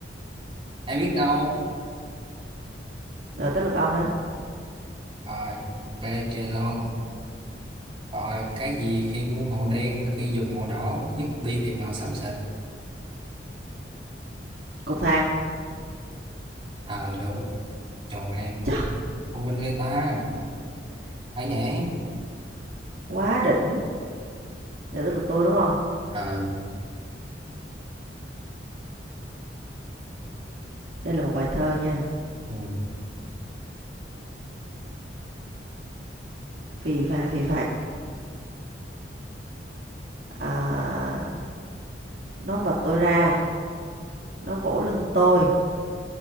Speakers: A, on the right; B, on the right.
A: ai biết đâu
B: rồi tới lượt ông đó
A: rồi ok chơi luôn rồi cái gì khi mua màu đen khi dùng màu đỏ dứt đi thì màu xám xịt
B: cục thang
A: ờ đúng tròn mẹ
B: Chà,
A: thông minh người ta thấy vậy
B: quá đỉnh giờ tới lượt tôi đúng không
A: ờ
B: đây là một bài thơ nha
A: ừ.
B: phì phà phì phạch à, nó vật tôi ra nó vỗ lưng tôi